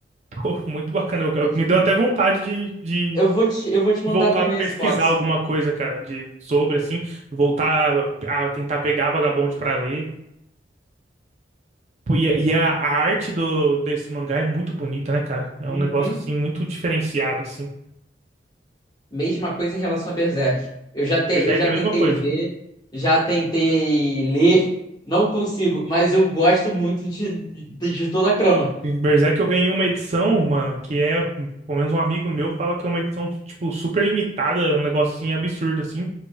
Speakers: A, on the right; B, on the left.
A: Pô, muito bacana. Eu- eu-
B: E, tipo,
A: me deu até vontade de de
B: eu vou te, eu vou te mandar
A: voltar
B: também
A: a pesquisar
B: esse box.
A: alguma coisa, cara, de sobre assim, voltar a, a tentar pegar Vagabond pra ler. Pô, E, é, e é a, a arte do desse mangá é muito bonita, né, cara? É
B: Uhum.
A: um negócio assim muito diferenciado assim.
B: Mesma coisa em relação a Berserk. Eu já, te,
A: Berserk
B: eu já
A: é a
B: tentei
A: mesma coisa.
B: ver, já tentei ler, não consigo, mas eu gosto muito de, de, de toda a trama.
A: Berserk eu ganhei uma edição, mano, que é, pelo menos um amigo meu fala que é uma edição, tipo, super limitada, um negocinho absurdo, assim.